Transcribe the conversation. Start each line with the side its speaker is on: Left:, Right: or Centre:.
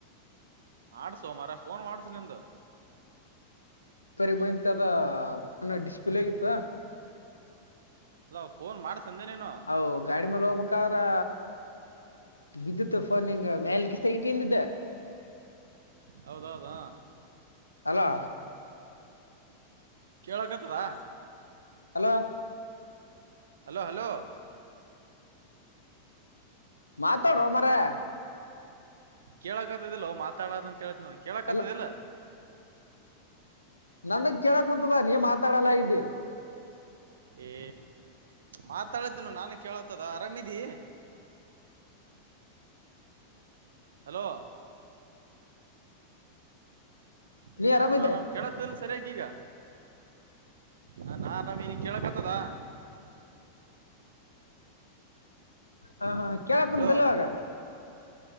Right: ಮಾಡಸು ಮಾರಾಯ ಫೋನ್ ಮಾಡಸು ನಿಂದು.
Left: ಸರಿಗ್ ಬಂದಂತ ಅದ ಫೋನ ಡಿಸ್ಪ್ಲೇ ಹೋಗಿತ್ತು.
Right: ಅಲ್ಲ ಫೋನ್ ಮಾಡಸಂದೆನೀನು.
Left: ಹಾ ಗಾಡಿ ಮೇಲೆ ಹೋಗ್ಬೇಕಾದ್ರೆ. ಬಿದ್ದತು ಫೋನ್ಂಗ ಮೇಲ್ ಕ್ತಗಟ್ಟಿದ್ದ.
Right: ಹೌದೌದ
Left: ಹಲೋ
Right: ಕೇಳಕತದಾ.
Left: Hello
Right: hello hello.
Left: ಮಾತೋಡೋ ಮಾರಾಯ.
Right: ಕೇಳಕ್ತ್ತದಿಲ್ಲ ಮಾತಾಡೋದಂತ ಹೇಳ್ತನ ಕೇಳಕ್ತ್ತದಿಲ್ಲ.
Left: ಅಲ್ಲ ನನ್ಗ್ ಕೇಳಕ್ ಕುಂತದ ನೀ ಮಾತಾಡಲ್ಲ ಇದ್ದಿ.
Right: ಏ ಮಾತಾಡಿದ್ದನು ನಾನು ಕೇಳತದ ಆರಾಮಿದಿ. ಹಲೋ
Left: ನೀ
Right: ಏ
Left: ಆರಾಮಿದ್ದೆ
Right: ನಾನು ಆರಾಮ್ ಕೇಳ. ಇಲ್ಲ ಸರಿಯಾಗಿಗ ನಾನ್ ರಹರಮ್ ಕೇಳಕ್ತ್ತದ.
Left: ಹಾ ಹಾ ಕೇಳಕ್ಂತ್ದಲ್ಲವಾಗ.
Right: ಹಲೋ